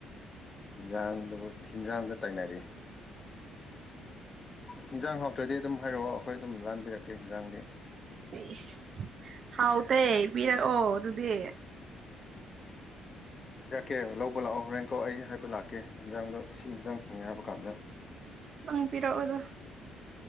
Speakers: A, on the left; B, on the right.
A: ꯍꯤꯟꯖꯥꯡꯗꯨꯕꯨ ꯍꯤꯟꯖꯥꯡꯗ ꯇꯥꯏꯅꯔꯤ ꯍꯟꯖꯥꯡ ꯍꯥꯎꯇ꯭ꯔꯗꯤ ꯑꯗꯨꯝ ꯍꯥꯏꯔꯛꯑꯣ ꯑꯩꯈꯣꯏ ꯑꯗꯨꯝ ꯂꯥꯟꯕꯤꯔꯛꯀꯦ ꯍꯟꯖꯥꯡꯗꯤ
B: ꯑꯦ ꯍꯥꯎꯇ ꯄꯤꯔꯛꯑꯣ ꯑꯗꯨꯗꯤ
A: ꯏꯔꯛꯀꯦ ꯂꯧꯕ ꯂꯥꯛꯑꯣ ꯍꯣꯔꯦꯟꯀꯣ ꯑꯩ ꯍꯥꯏꯕ ꯂꯥꯛꯀꯦ ꯌꯦꯟꯖꯥꯡꯗꯣ ꯁꯤ ꯏꯟꯖꯥꯡ ꯊꯣꯡꯉꯦ ꯍꯥꯏꯕ ꯀꯥꯟꯗ
B: ꯅꯪ ꯄꯤꯔꯛꯑꯣꯗ